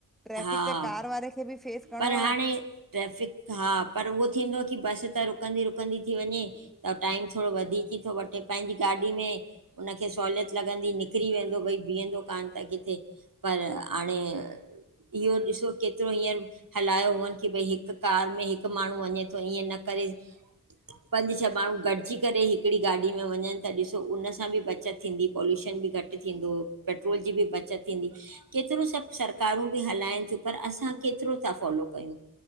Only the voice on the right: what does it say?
हा,
पर हाणे
ट्रैफिक हा, पर उहो थींदो की बस त रुकंदी, रुकंदी थी वञे। त टाइम थोडो वधीक ई तो वठे, पंहिंजी गाॾी में उनखे सहूलियत लॻंदी निकिरी वेंदो भई बीहंदो कानि त किथे। पर हाणे इहो ॾिसो केतिरो हींअर हलायो हुअनि की भई हिकु कार में हिकु माण्हू वञे थो इएं न करे पंज छह माण्हू गॾिजी करे हिकिड़ी गाॾी में वञनि त ॾिसो उन सां बि बचत थींदी पॉल्यूशन बि घटि घटि थींदो पेट्रोल जी बि बचत थींदी। केतिरो सभु सरकारूं बि हलाइनि थियूं पर असां केतिरो ता फॉलो कयूं।